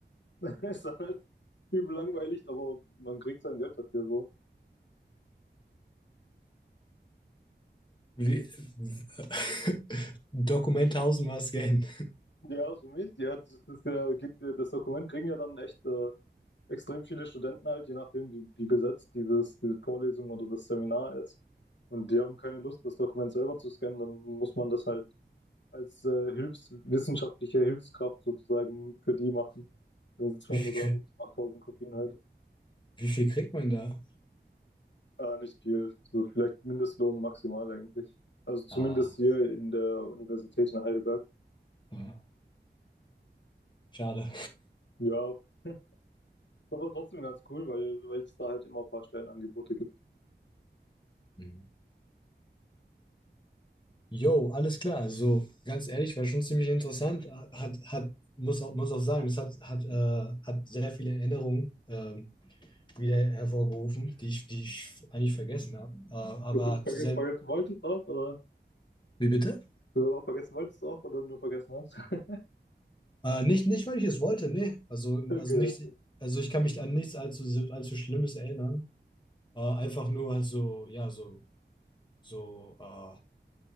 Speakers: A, on the left; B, on the left.
A: <laughs> Ist dann halt übel langweilig, aber man kriegt sein Geld dafür so.
B: Wie, <laughs> Dokument tausendmal scannen.
A: Ja, so Mist. Ja, das ist ja, geht, das Dokument kriegen ja dann echt äh, extrem viele Studenten halt, je nachdem, wie, wie besetzt dieses, diese Vorlesung oder das Seminar ist. Und die haben keine Lust, das Dokument selber zu scannen, dann muss man das halt als äh, Hilfs Hilfskraft sozusagen für die machen. Dann sitzt
B: Wie
A: man
B: viel,
A: nur da
B: krieg-
A: mit 8000 Kopien halt.
B: wie viel kriegt man da?
A: Äh, nicht viel, so vielleicht Mindestlohn maximal eigentlich. Also zumindest
B: Ah,
A: hier in der Universität in Heidelberg.
B: ja, schade.
A: Ja, ist aber trotzdem ganz cool, weil, weil es da halt immer ein paar Stellenangebote gibt.
B: Mhm. Jo, alles klar. Also ganz ehrlich, war schon ziemlich interessant. Hat, hat, muss auch, muss auch sagen, das hat, hat, äh, hat sehr viele Erinnerungen ähm, wieder hervorgerufen, die ich, die ich eigentlich vergessen habe. Äh, aber
A: Verge- verge-
B: zu sehr.
A: Vergessen wolltest auch, oder?
B: Wie bitte?
A: Du auch vergessen wolltest auch, oder nur vergessen hast? <laughs>
B: Äh, nicht, nicht, weil ich es wollte, nee. Also,
A: Okay,
B: also
A: okay,
B: nicht, also ich kann mich an nichts allzu, allzu Schlimmes erinnern. Äh, einfach nur halt so, ja, so, so, äh,